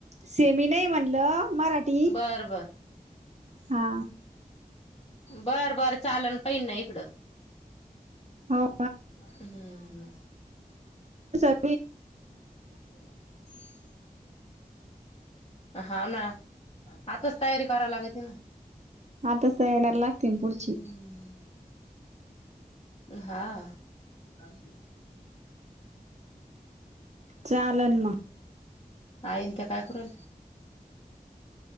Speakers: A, on the right; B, on the left.
A: सेमी नाही म्हणलं मराठी
B: बर ब.
A: हा
B: बरं बरं चालल पहिन ना इकडं
A: हो
B: हम्म
A: <inaudible> <unintelligible>
B: बरं <inaudible> हा ना, आताच तयारी करावं लागती ना
A: आत्ताच तयारीला लागतील पुढची
B: हम्म हा बरं....
A: चालन मग
B: आईन त्या काय करु राहिल्या?